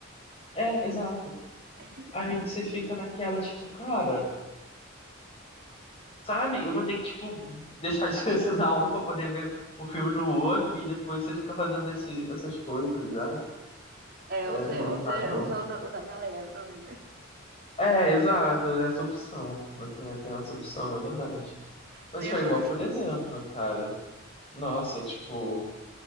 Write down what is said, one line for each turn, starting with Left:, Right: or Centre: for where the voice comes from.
Left: É, exato.
Right: É sempre
Left: Aí
Right: assim.
Left: você fica naquela, tipo, cara, sabe? Eu vou ter que, tipo, deixar de <laughs> assinar um pra poder ver o filme no outro e depois você fica fazendo esse, essas coisas, sabe?
Right: É,
Left: É,
Right: você,
Left: não,
Right: você
Left: não dá, não.
Right: usa o da, o da galera também, né?
Left: É, exato, essa opção. Eu tenho, tenho essa opção, é verdade. Mas
Right: Tem
Left: foi
Right: essa
Left: igual,
Right: opção.
Left: por exemplo, cara. Nossa, tipo,